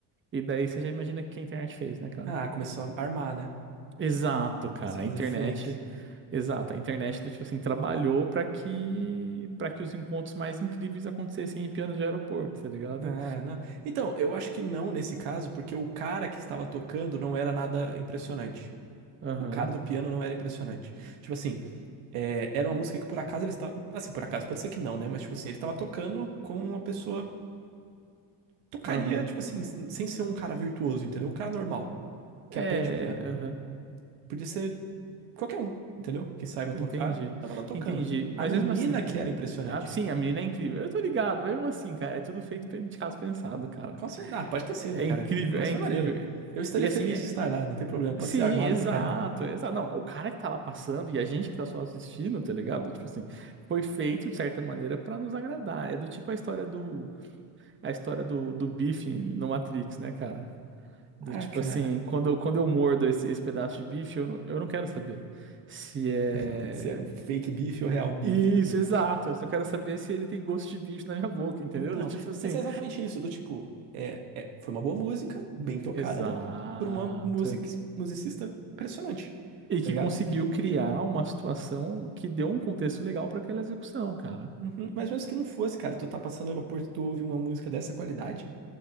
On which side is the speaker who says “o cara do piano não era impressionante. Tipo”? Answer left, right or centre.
Right